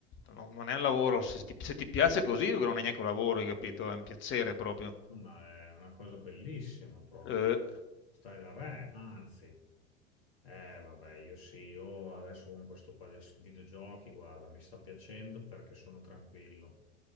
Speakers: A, on the left; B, on the left.
A: no, non è un lavoro, se ti, se ti piace così non è neanche un lavoro, hai capito? È un piacere proprio.
B: ma è una cosa bellissima proprio.
A: Eh,
B: Stai da re, anzi. Eh, vabbè, io sì, io adesso con questo qua di s- videogiochi, guarda, mi sta piacendo perché sono tranquillo.